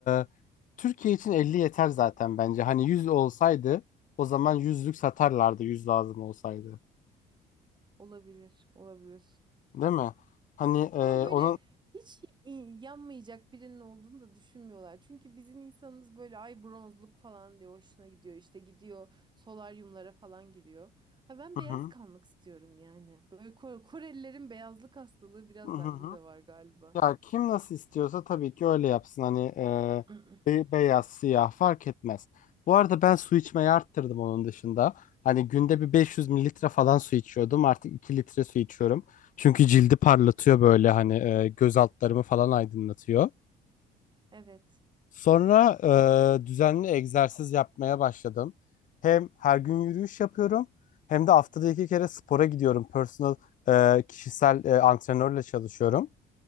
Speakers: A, on the left; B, on the right.
A: e, Türkiye için 50 yeter zaten bence. Hani 100 olsaydı o zaman yüzlük satarlardı 100 lazım olsaydı.
B: Olabilir, olabilir.
A: Değil mi? Hani e,
B: Ama böyle
A: onun...
B: hiç i- yanmayacak birinin olduğunu da düşünmüyorlar. Çünkü bizim insanımız böyle ay bronzluk falan diyor hoşuna gidiyor. İşte gidiyor solaryumlara falan giriyor. Ha ben
A: Hı
B: beyaz
A: hı.
B: kalmak istiyorum yani. Böyle Ko- Korelilerin beyazlık hastalığı biraz
A: Hı hı.
B: bende de var galiba.
A: Ya kim nasıl istiyorsa tabii ki öyle yapsın. Hani e,
B: <clears throat>
A: be- beyaz, siyah fark etmez. Bu arada ben su içmeyi arttırdım onun dışında. Hani günde bir 500 mililitre falan su içiyordum. Artık 2 litre su içiyorum. Çünkü cildi parlatıyor böyle hani e, göz altlarımı falan aydınlatıyor.
B: Evet.
A: Sonra e, düzenli egzersiz yapmaya başladım. Hem her gün yürüyüş yapıyorum hem de haftada iki kere spora gidiyorum. Personal e, kişisel e, antrenörle çalışıyorum.